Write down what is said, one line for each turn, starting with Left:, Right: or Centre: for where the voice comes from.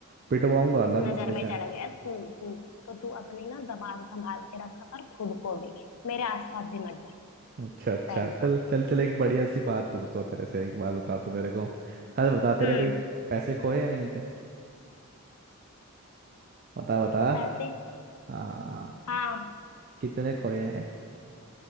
Right: पिटवाऊंगा अलग
Left: तू नजर
Right: मम्मी से
Left: में चढ़ गया तू तू तो तू अपनी ना जबान संभाल के रखा कर खुद को भी मेरे आसपास भी मत बढ़
Right: अच्छा अच्छा
Left: पहली
Right: चल
Left: बात तो
Right: चल चल एक बढ़िया सी बात पूछता हूँ तेरे से एक बात बता तू मेरे को हल बता तेरे
Left: हम्म
Right: कोई पैसे खोए हैं कहीं पे बता बता
Left: पैसे
Right: हाँ
Left: हाँ
Right: कितने खोए हैं